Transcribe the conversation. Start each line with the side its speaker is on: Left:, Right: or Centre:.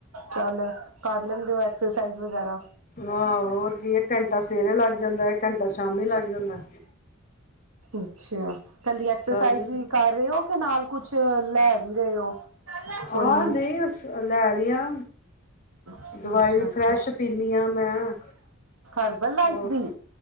Right: ਚੱਲ। ਕਰ ਲੈਂਦੇ ਹੋ ਐਕਸਰਸਾਈਜ਼ ਵਗੈਰਾ।
Left: ਆਹੋ ਹੋਰ ਕੀ ਇਕ ਘੰਟਾ ਸਵੇਰੇ ਲੱਗ ਜਾਂਦਾ, ਇਕ ਘੰਟਾ ਸ਼ਾਮੀ ਲੱਗ ਜਾਂਦਾ।
Right: ਅੱਛਾ ਕੱਲੀ ਐਕਸਰਸਾਈਜ਼
Left: ਕਰ ਲ
Right: ਕਰ। ਰਹੇ ਹੋ ਕੇ ਨਾਲ ਕੁਛ ਲੈ ਵੀ ਰਹੇ ਹੋ। ਕੋਈ
Left: ਆਹ ਨਹੀਂ ਅ ਲੈ ਰਹੀਆਂ।
Right: ਅੱਛਾ
Left: ਦਵਾਈ ਵੀ
Right: ਅੱਛਾ
Left: ਫਰੈਸ਼ ਪੀਨੀ ਹਾਂ ਮੈਂ
Right: ਹਰਬਲ ਲਾਈਫ
Left: ਹੋਰ।
Right: ਦੀ